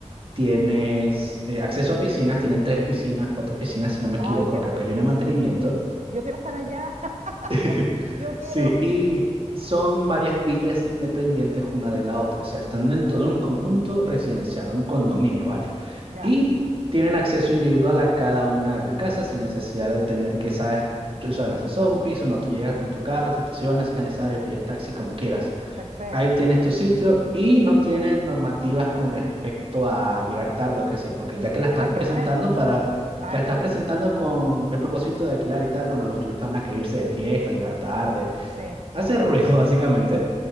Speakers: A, on the right; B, on the right.
A: Tienes eh, acceso a piscinas, tienen tres piscinas, cuatro piscinas, si no me equivoco,
B: Ay, qué
A: creo
B: bonito.
A: que hay una de mantenimiento.
B: Yo quiero estar allá, <laughs>
A: <laughs>
B: yo quiero.
A: Sí, y son varias villas independientes una de la otra, o sea, están dentro de
B: Sí,
A: un conjunto residencial, un condominio, vaya.
B: ya,
A: Y tienen acceso individual a cada una de las casas sin necesidad de tener que, sabes, tú usas un ascensor, un piso, no, tú llegas con tu carro, te estacionas si es necesario, pides taxi, como quieras.
B: perfecto.
A: Ahí tienes tu sitio y no tienen normativas con respecto a llegar tarde o que sí, porque ya que la estás
B: Ah, qué
A: presentando
B: bueno,
A: para,
B: claro.
A: la estás presentando con el propósito de alquilar y tal, bueno, los turistas van a querer irse de fiesta, llegar tarde,
B: Sí,
A: hacer ruido <laughs> básicamente,